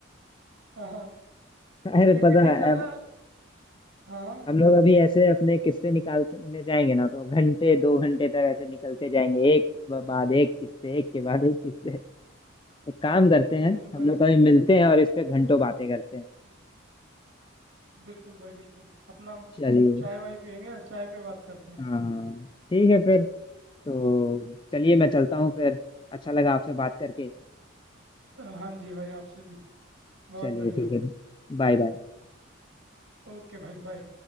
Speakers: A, on the right (about 60°); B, on the left (about 25°).
A: हाँ हाँ। और
B: अरे
A: पीटी
B: पता
A: टीचर
B: है
A: ना हाँ हाँ
B: हम
A: बताओ
B: लोग अभी ऐसे अपने किस्से निकालने जाएंगे ना तो घंटे दो घंटे तक ऐसे निकलते जाएंगे एक ब- बाद एक किस्से एक के बाद एक किस्से एक काम करते हैं
A: बिल्कुल भाई
B: हम लोग कभी मिलते हैं और इस पे घंटों बातें करते हैं
A: बिल्कुल भाई बिल्कुल अपना
B: चलिए
A: चाय वाय पियेंगे और चाय पे बात करते हैं
B: हाँ ठीक है फिर तो चलिए मैं चलता हूँ फिर अच्छा लगा आपसे बात करके
A: हाँ जी भाई आपसे भी बहुत
B: चलिए
A: बढ़िया
B: ठीक है Bye bye
A: ओके भाई बाय